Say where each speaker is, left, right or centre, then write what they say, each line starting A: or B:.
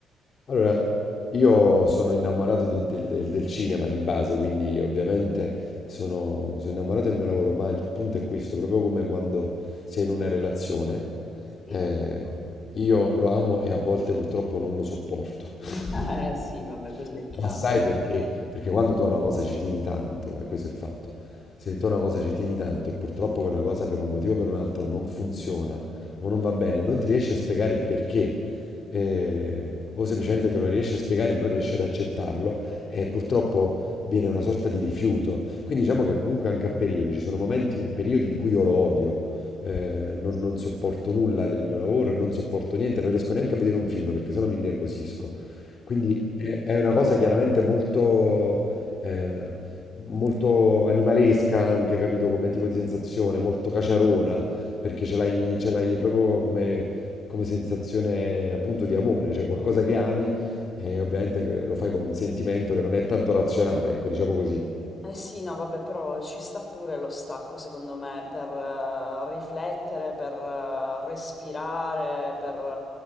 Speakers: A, on the left; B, on the left.
A: Allora, io sono innamorato de- del, del- del cinema di base, quindi ovviamente sono, sono innamorato del mio lavoro, ma il punto è questo, proprio come quando sei in una relazione,
B: Sì.
A: eh, io lo amo e a volte purtroppo non lo sopporto.
B: <laughs> Eh
A: <laughs>
B: sì, vabbè, quello è chiaro.
A: Ma sai perché? Perché quando tu a una cosa ci tieni tanto, e questo è il fatto, se tu a una cosa ci tieni tanto e purtroppo quella cosa per un motivo o per un altro non funziona o non va bene, non ti riesci a spiegare il perché, eh, o semplicemente te lo riesci a spiegare e non riesci ad accettarlo, e purtroppo viene una sorta di rifiuto. Quindi diciamo che comunque anche a periodi, ci sono momenti e periodi in cui io lo odio. eh, non, non sopporto nulla del mio lavoro, non sopporto niente, non riesco neanche a vedere un film perché sennò mi innervosisco. Quindi è, è una cosa chiaramente molto, eh, molto animalesca anche, capito? Come tipo di sensazione, molto caciarona, perché ce l'hai ce l'hai proprio come, come sensazione appunto di amore, cioè qualcosa che ami e ovviamente che lo fai con un sentimento che non è tanto razionale, ecco, diciamo così.
B: Eh sì, no, vabbè, però ci sta pure lo stacco, secondo me, per eh, riflettere, per eh, respirare, per,